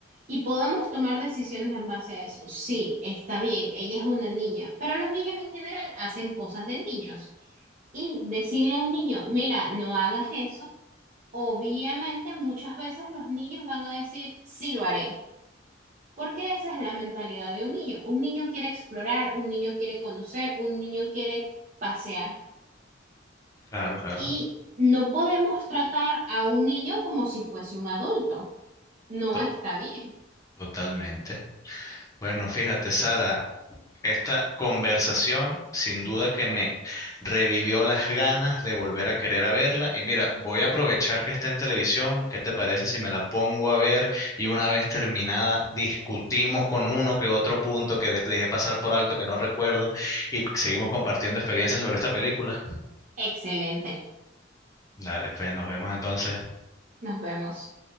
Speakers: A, on the right; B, on the left.
A: y podamos tomar decisiones en base a eso. Sí, está bien, ella es una niña, pero los niños en general hacen cosas de niños. Y decirle a un niño, mira, no hagas eso, obviamente muchas veces los niños van a decir, sí lo haré, porque esa es la mentalidad de un niño. Un niño quiere explorar, un niño quiere conocer, un niño quiere pasear.
B: Claro, claro.
A: Y no podemos tratar a un niño como si fuese un adulto. No
B: To-
A: está bien.
B: totalmente. Bueno, fíjate, Sara. Esta conversación sin duda que me revivió las ganas de volver a querer a verla. Y mira, voy a aprovechar que está en televisión. ¿Qué te parece si me la pongo a ver y una vez terminada discutimos con uno que otro punto que de- dejé pasar por alto que no recuerdo y seguimos compartiendo experiencias sobre esta película?
A: Excelente.
B: Dale, pues nos vemos entonces.
A: Nos vemos.